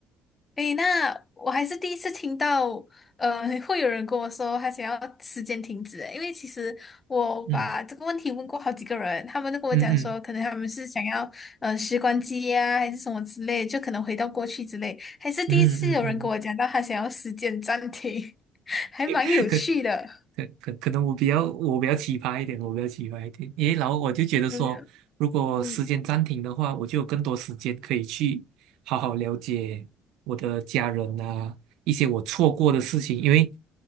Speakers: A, on the left (about 30°); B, on the right (about 75°).
A: 诶，那我还是第一次听到，呃，会有人跟我说他想要时间停止诶，因为其实我把这个问题问过好几个人，
B: 嗯
A: 他们都跟我讲说，
B: 嗯嗯
A: 可能他们是想要呃时光机呀、还是什么之类，就可能回到过去之类，还是第一次有人跟我讲到他想要时间暂停，
B: 嗯嗯嗯，
A: <laughs> 还蛮有趣的。
B: <laughs> 可可可可能我比较我比较奇葩一点，我比较奇葩一点，因为然后我就觉得说，
A: <laughs> 嗯
B: 如果时间暂停的话，
A: 嗯
B: 我就有更多时间可以去好好了解我的家人啊，一些我错过的事情，因为